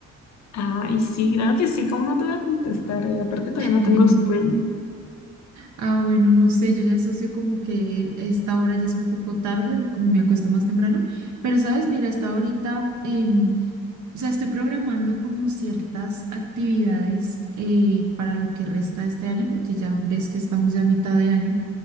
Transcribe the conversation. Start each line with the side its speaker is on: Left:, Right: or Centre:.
Left: Ay, sí, claro que sí, ¿cómo no te voy a contestar? Y aparte todavía
Right: <laughs>
Left: no tengo sueño.
Right: Ah, bueno, no sé, yo ya asocio como que esta hora ya es un poco tarde, como me acuesto más temprano, pero sabes, mira, hasta ahorita, em, o sea, estoy programando como ciertas actividades eh, para lo que resta de este año, porque ya ves que estamos ya a mitad de año.